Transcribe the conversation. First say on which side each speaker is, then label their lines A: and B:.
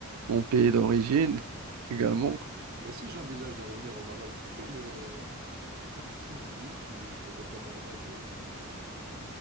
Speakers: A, on the right; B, on the right.
A: mon pays d'origine <laughs> également.
B: Mais si j'envisage de revenir au Maroc, quelle euh, partie du pays tu me recommanderais de visiter?